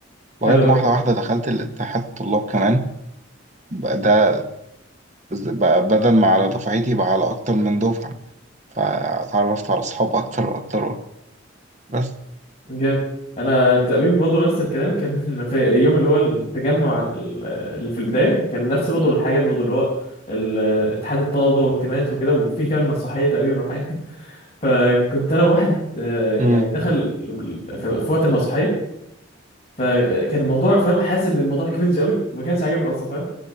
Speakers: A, on the right; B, on the left.
A: لغايه
B: حلو
A: ما
B: قوي
A: واحده واحده دخلت الاتحاد الطلاب كمان بقى ده بقى بدل ما على دفعتي بقى على اكتر من دفعه فاتعرفت على اصحاب اكتر واكتر واكتر بس
B: جامد انا تقريبا برضه نفس الكلام كان <laughs> في يوم اللي هو التجمع ال- اللي في البدايه كان نفس برضه الحاجات برضه اللي هو ال- اتحاد الطلبه والتيمات وكده وفي كمان مسرحيه تقريبا وحاجه فكنت انا واحد آه، يعني
A: امم
B: دخل في في وقت المسرحيه فكان الموضوع فاهم حاسس ان الموضوع كرنج قوي وما كانش عاجبني اصلا فاهم